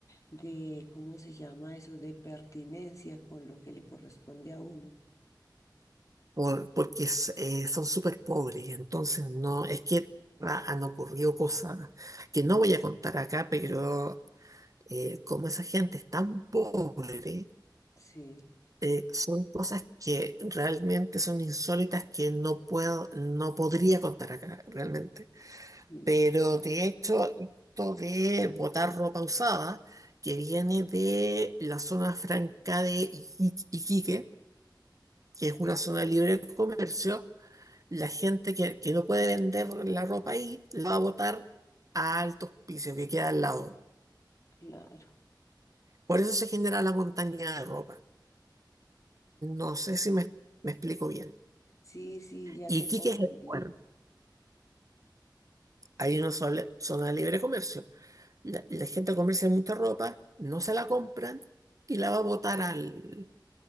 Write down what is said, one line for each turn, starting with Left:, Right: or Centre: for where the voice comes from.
Left: de, ¿cómo se llama eso? De pertinencia con lo que le corresponde a uno.
Right: Por- porque es, eh, son súper pobres, entonces no, es que ah, han ocurrido cosas que no voy a contar acá, pero eh, como esa gente es tan pobre,
Left: Sí,
Right: eh, son cosas que realmente son insólitas que no puedo, no podría contar acá realmente.
Left: sí,
Right: Pero
Left: sí,
Right: de hecho, esto de botar ropa usada, que viene de la zona franca de Iqui- Iquique, que es una zona libre de comercio, la gente que, que no puede vender la ropa ahí, la va a botar a altos pisos que queda al lado.
Left: claro.
Right: Por eso se genera la montaña de ropa. No sé si me, me explico bien.
Left: Sí, sí, ya
Right: Iquique
Left: te comprendí.
Right: es el puerto. Hay una sola- zona de libre comercio. La, la gente comercia mucha ropa, no se la compran y la va a botar al,